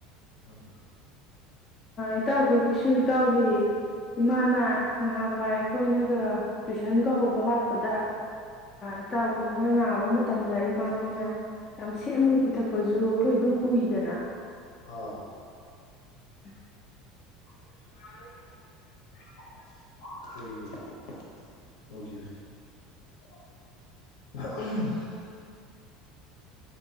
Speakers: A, on the left; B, on the left.
A: ꯎꯝ
B: ꯏꯇꯥꯎ ꯑꯩꯈꯣꯏꯒꯤꯁꯨ ꯏꯇꯥꯎꯒꯤ ꯏꯃꯥꯅ ꯅꯍꯥꯟꯋꯥꯏ ꯑꯩꯈꯣꯏꯅꯒ ꯇꯨꯏꯁꯟꯒ ꯍꯧꯕ ꯂꯥꯛꯄꯗ ꯏꯇꯥꯎ ꯑꯩꯈꯣꯏꯅꯒ ꯅꯥꯕ ꯃꯇꯝ ꯃꯇꯝꯗ ꯏꯃꯥꯈꯣꯏꯅ ꯌꯥꯝ ꯁꯦꯝꯃꯒ ꯄꯤꯊꯛ ꯄꯁꯨ ꯑꯩꯈꯣꯏ ꯑꯗꯨꯝ ꯎꯏꯗꯅ
A: ꯑꯥ
B: <unintelligible>
A: <unintelligible>